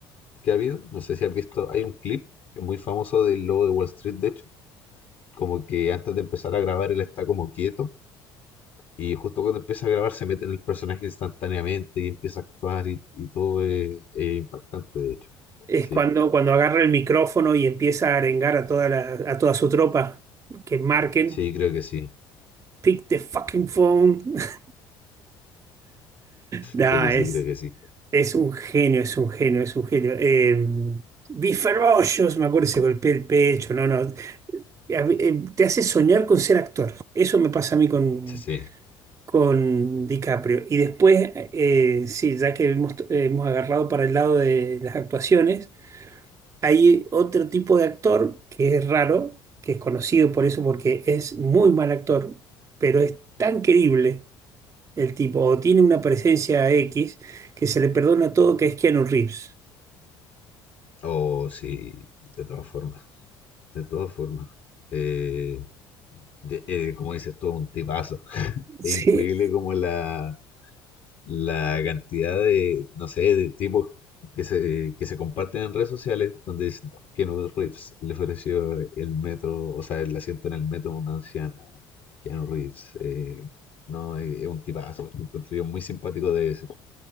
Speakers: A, on the left; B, on the right.
A: que ha habido. No sé si has visto, hay un clip que es muy famoso del lobo de Wall Street, de hecho, como que antes de empezar a grabar él está como quieto y justo cuando empieza a grabar se mete en el personaje instantáneamente y empieza a actuar y, y todo es, es impactante, de hecho.
B: Es
A: Sí,
B: cuando, cuando agarra el micrófono y empieza a arengar a toda la, a toda su tropa que marquen.
A: sí, creo que sí,
B: Pick the fucking phone. <laughs> Nah,
A: creo que sí,
B: es,
A: creo que sí.
B: es un genio, es un genio, es un genio. Eh, vi Ferocious, me acuerdo, se golpeó el pecho, no, no. A mí, eh, Te hace soñar con ser actor. Eso me pasa a mí con,
A: Sí, sí.
B: con DiCaprio. Y después, eh, sí, ya que hemos, hemos agarrado para el lado de las actuaciones, hay otro tipo de actor que es raro, que es conocido por eso porque es muy mal actor, pero es tan querible el tipo, o tiene una presencia X que se le perdona todo, que es Keanu Reeves.
A: Oh, sí, de todas formas, de todas formas. Eh, de- eh, como dices tú, un tipazo. <laughs>
B: Sí,
A: Es increíble como la, la cantidad de, no sé, de tipos que se, que se comparten en redes sociales donde dicen, no, Keanu Reeves le ofreció el metro, o sea, el asiento en el metro a una anciana. Keanu Reeves, eh, no, es es un tipazo, lo encuentro yo muy simpático de ese.